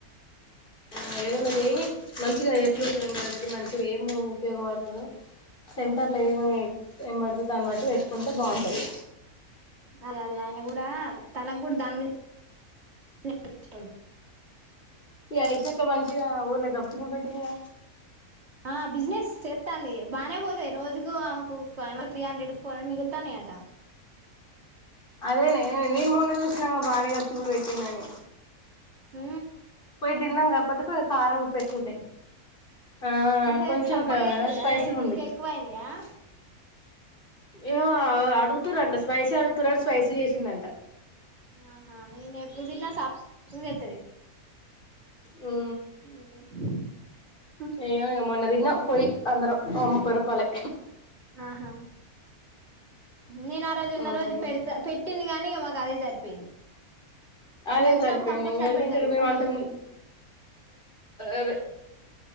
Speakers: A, on the left; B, on the right.
A: ఆ ఎదైనా చెయని మంచిగా ఎట్లు ఉపయోగపడేది మంచిగా ఏం ఉపయోగపడుతాదొ. సెంటర్ల ఏమి ఏం పడుతు దాన్ని బట్టి పెట్టుకుంటే బాగుంటాది
B: అదే అదే ఆయన కూడా తనకు కూడా దాని మీద <inaudible>
A: ఈ ఆయేషా అక్క మంచిగా ఊర్ల గచ్చుబ్లు పెట్టింది గా
B: ఆ బిజినెస్ చెస్తాంది బాగానే పోతాయి రోజుకు ఆమెకు త్రీ హండ్రెఫొర్ మిగులుతాంని అంట
A: అదేనే నీను మొన్న చూసిన ఆమె బానే గచ్చుబ్లు పెట్టిందని
B: హ
A: పోయి దిన్నంగా కాక పతే పో కారం ఉప్పు ఎక్కుఉంది ఆ
B: ఏహే
A: కొంచెంకా
B: సప్పగా చేత్తది
A: స్పైసీ
B: అదే
A: ఉంది
B: మీకు ఎక్కువైనయా
A: ఏము అడుగుతారంట స్పైసీ అడుగుతురని స్పైసీ చేసిందంట
B: ఆహా నేను ఎప్పుడు తిన్నా సక్ చెత్తది
A: ఉ
B: ఊహు
A: ఏమో ఈగ మొన్న దినం పోయి అందిరం ముపాయి రూపలది
B: ఆహా నేను ఆ రోజు ఉన్న
A: మ్మ్
B: రోజు పెడతా పెట్టింది గాని గదే సరిపోయింది
A: అదే
B: నేను వచ్చినప్పుడు
A: సారిపోయింది
B: కంపల్సరీ
A: ఎంక ఎడదింటరు
B: పెడతది
A: మైము
B: ఉమ్
A: అంత కు ముందు అదె